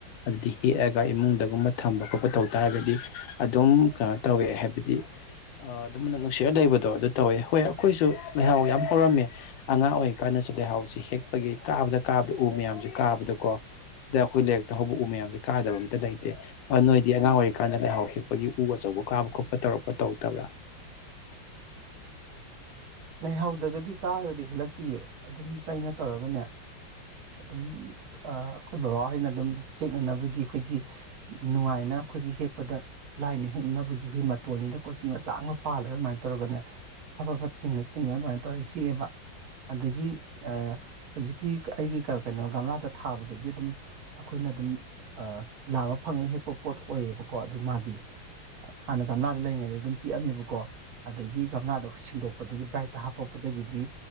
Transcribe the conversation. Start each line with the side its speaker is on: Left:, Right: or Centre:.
Left: ꯑꯗꯨꯗꯤ ꯍꯦꯛꯑꯒ ꯏꯃꯨꯡꯗꯒꯨꯝꯕ ꯊꯝꯕ ꯈꯣꯠꯄ ꯇꯧ ꯇꯔꯒꯗꯤ ꯑꯗꯨꯝ ꯀꯩꯅꯣ ꯇꯧꯋꯦ ꯍꯥꯏꯕꯗꯤ ꯑꯗꯨꯝ ꯅꯨꯡꯁꯤꯔꯒꯥ ꯂꯩꯕ ꯗꯣ ꯑꯗꯨ ꯇꯧꯋꯦ ꯍꯣꯏ ꯑꯩꯈꯣꯏꯁꯨ ꯂꯩꯍꯥꯎ ꯌꯥꯝ ꯍꯧꯔꯝꯃꯦ ꯑꯉꯥꯡ ꯑꯣꯏꯔꯤꯀꯥꯟꯗꯁꯨ ꯂꯩꯍꯥꯎꯁꯤ ꯍꯦꯛꯄꯒꯤ ꯀꯥꯕꯗ ꯀꯥꯕꯗ ꯎ ꯃꯌꯥꯝꯁꯤ ꯀꯥꯕꯗꯀꯣ ꯁꯤꯗ ꯑꯩꯈꯣꯏ ꯂꯩꯥꯔꯛꯇ ꯍꯧꯕ ꯎ ꯃꯌꯥꯝꯁꯦ ꯀꯥꯗꯕ ꯑꯝꯇ ꯂꯩꯇꯦ ꯑ ꯅꯣꯏꯗꯤ ꯑꯉꯥꯡ ꯑꯣꯏꯔꯤꯀꯥꯟꯗ ꯂꯩꯍꯥꯎ ꯍꯦꯛꯄꯒꯤ ꯎ ꯑꯆꯧꯕ ꯀꯥꯕ ꯈꯣꯠꯄ ꯇꯧꯔꯛꯄꯥ ꯇꯧꯔꯛꯇꯕ꯭ꯔꯥ
Right: ꯂꯩꯥꯍꯥꯎꯗꯒꯗꯤ ꯀꯥꯔꯒꯗꯤ ꯍꯦꯜꯂꯛꯇꯤꯌꯦ ꯑꯗꯨꯝ ꯆꯩꯅ ꯇꯧꯔꯒꯅꯦ ꯑꯗꯨꯝ ꯑꯩꯈꯣꯏ ꯕꯕꯥꯍꯣꯏꯅ ꯑꯗꯨꯝ ꯍꯦꯛꯅꯅꯕꯒꯤ ꯑꯩꯈꯣꯏꯒꯤ ꯅꯨꯡꯉꯥꯏꯅ ꯑꯩꯈꯣꯏꯒꯤ ꯍꯦꯛꯄꯗ ꯂꯥꯏꯅ ꯍꯦꯛꯅꯕꯒꯤ ꯑꯩꯈꯣꯏ ꯃꯇꯣꯟꯜꯁꯤꯗ ꯀꯣꯆꯤ ꯃꯆꯥ ꯑꯃ ꯄꯥꯜꯂꯒ ꯑꯗꯨꯃꯥꯏꯅ ꯇꯧꯔꯒꯅꯦ ꯐ ꯐꯥ ꯐꯠ ꯆꯤꯡꯉ ꯆꯤꯡꯉ ꯑꯗꯨꯃꯥꯏꯅ ꯇꯧꯔꯒ ꯍꯦꯛꯑꯦꯕ ꯑꯗꯒꯤ ꯍꯧꯖꯤꯛꯀꯤ ꯑꯩꯒꯤ ꯀꯩꯅꯣ ꯒꯝꯂꯥꯗ ꯊꯥꯕꯗꯗꯤ ꯑꯗꯨꯝ ꯑꯩꯈꯣꯏꯅ ꯑꯗꯨꯝ ꯂꯥꯝꯃ ꯐꯪꯉ ꯍꯦꯛ ꯄ ꯄꯣꯠ ꯑꯣꯏꯌꯦꯕꯀꯣ ꯑꯗꯨ ꯃꯥꯗꯤ ꯍꯥꯟꯅ ꯒꯝꯂꯥꯗ ꯂꯩꯔꯤꯉꯩꯗ ꯑꯗꯨꯝ ꯄꯤꯛꯑꯝꯃꯦꯕꯀꯣ ꯑꯗꯒꯤ ꯒꯝꯂꯥꯗꯣ ꯁꯤꯟꯗꯣꯛꯄꯗꯒꯤ ꯕ꯭ꯔꯥꯏꯠꯇ ꯍꯥꯞꯄꯛꯄꯗꯒꯤꯗꯤ